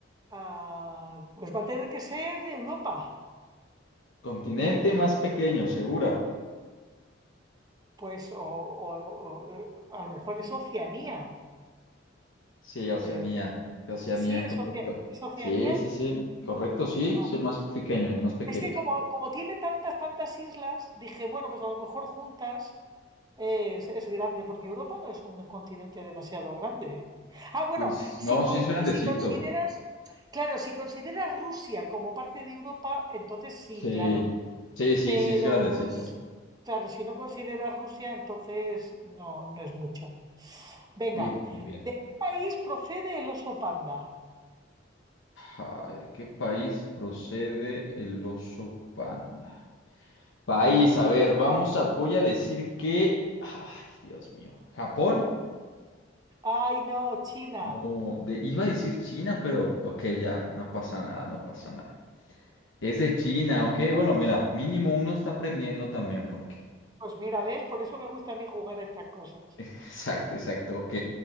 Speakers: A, on the right (about 20°); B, on the left (about 80°).
A: Ah, pues va a tener que ser Europa.
B: Continente más pequeño, segura.
A: Pues, o, o- o, eh, a lo mejor es Oceanía,
B: Sí, Oceanía.
A: pero
B: Oceanía,
A: sí, es,
B: correcto.
A: Oce- es Oceanía.
B: Sí, sí, sí. Correcto, sí.
A: Ah,
B: Es el más pequeño, el más pequeño.
A: Es que como, como tiene tantas, tantas islas, dije, bueno, pues a lo mejor juntas es, es grande, porque Europa no es un continente demasiado grande. Ah, bueno,
B: Luis.
A: si,
B: No,
A: con-
B: sí es grandecito.
A: si consideras, claro, si consideras Rusia como parte de Europa, entonces sí,
B: Sí.
A: claro.
B: Sí, sí,
A: Pero,
B: sí es grandecito.
A: si- claro, si no consideras Rusia, entonces no, no es mucho. Venga,
B: Bien, bien, bien.
A: ¿de qué país procede el oso panda?
B: Ay, ¿de qué país procede el oso panda? País, a ver, vamos a, voy a decir que, ay, Dios mío, Japón.
A: Ay, no, China.
B: No, de- iba a decir China, pero, ok, ya, no pasa nada, no pasa nada. Es de China, ok. Bueno, mira, mínimo uno está aprendiendo también porque.
A: Pues mira, ¿ves? Por eso me gusta a mí jugar a estas cosas.
B: <laughs> Exacto, exacto, ok.